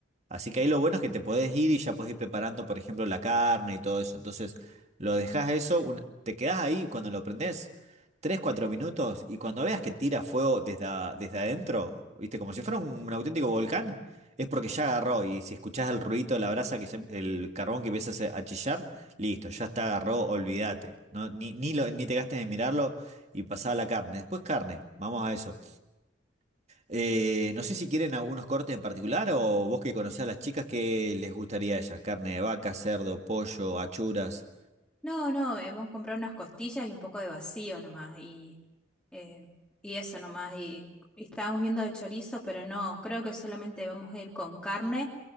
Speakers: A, on the right; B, in the centre.
A: Así que ahí lo bueno es que te podés ir y ya podés ir preparando, por ejemplo, la carne y todo eso. Entonces, lo dejás eso, un- te quedás ahí cuando lo prendés tres, cuatro minutos y cuando veas que tira fuego desde, a- desde adentro, ¿viste? Como si fuera un, un auténtico volcán, es porque ya agarró y si escuchás el ruido de la brasa, que ya- el carbón que empieza a se- a chillar, listo, ya está agarró, olvídate, ¿no? Ni, ni, lo- ni te gastes en mirarlo y pasá a la carne. Después carne, vamos a eso. Eh, no sé si quieren algunos cortes en particular o vos que conocés a las chicas, ¿qué les gustaría a ellas? Carne de vaca, cerdo, pollo, achuras.
B: No, no, hemos comprado unas costillas y un poco de vacío nomás. Y Eh, y eso nomás. Y, y estábamos viendo de chorizo, pero no, creo que solamente vamos a ir con carne.